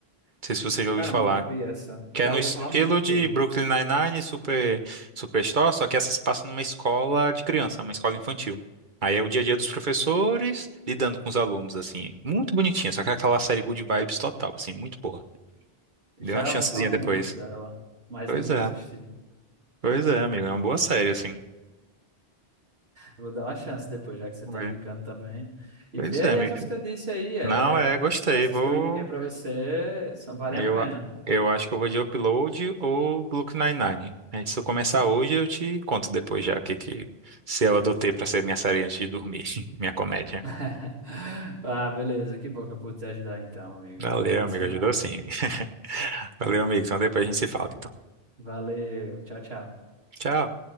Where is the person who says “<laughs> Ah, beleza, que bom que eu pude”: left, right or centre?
Right